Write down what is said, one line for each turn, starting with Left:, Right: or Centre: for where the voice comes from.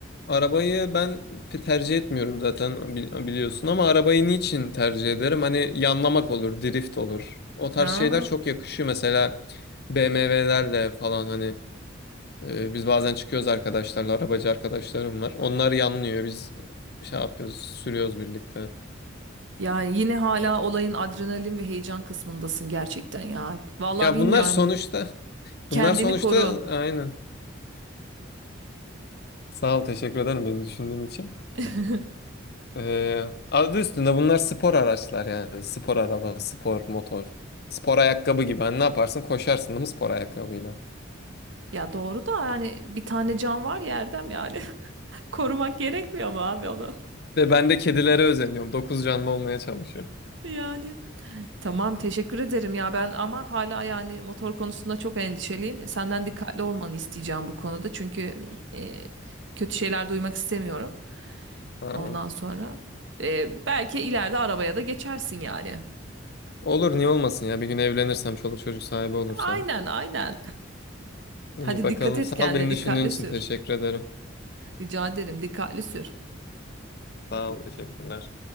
Left: arabayı ben pe- tercih etmiyorum zaten bili- biliyorsun ama arabayı niçin tercih ederim? Hani yanlamak olur, drift olur. O tarz
Right: Ha.
Left: şeyler çok yakışıyor mesela BMW'lerle falan hani e, biz bazen çıkıyoruz arkadaşlarla, arabacı arkadaşlarım var. Onlar yanlıyor. Biz şey yapıyoruz, sürüyoruz birlikte.
Right: Yani yine hala olayın adrenalin ve heyecan kısmındasın gerçekten ya. Vallahi
Left: Ya
Right: bilmiyorum.
Left: bunlar sonuçta
Right: Kendini
Left: bunlar sonuçta
Right: koru.
Left: aynen. Sağ ol, teşekkür ederim beni düşündüğün için.
Right: <laughs>
Left: Ee, adı üstünde bunlar spor araçlar yani. Spor araba, spor motor, spor ayakkabı gibi. Hani ne yaparsın? Koşarsın değil mi spor ayakkabıyla?
Right: Ya doğru da yani bir tane can var ya Erdem yani. <laughs> Korumak gerekmiyor mu abi onu?
Left: Ve ben de kedilere özeniyorum. Dokuz canlı olmaya çalışıyorum.
Right: Yani. Tamam teşekkür ederim ya ben ama hala yani motor konusunda çok endişeliyim. Senden dikkatli olmanı isteyeceğim bu konuda. Çünkü e, kötü şeyler duymak istemiyorum.
Left: Tamam.
Right: Ondan sonra e, belki ileride arabaya da geçersin yani.
Left: Olur niye olmasın ya. Bir gün evlenirsem, çoluk çocuk sahibi olursam.
Right: Aynen aynen.
Left: İyi
Right: Hadi
Left: bakalım.
Right: dikkat et
Left: Sağ
Right: kendine,
Left: ol beni
Right: dikkatli
Left: düşündüğün için
Right: sür.
Left: teşekkür ederim.
Right: Rica ederim, dikkatli sür.
Left: Sağ ol, teşekkürler.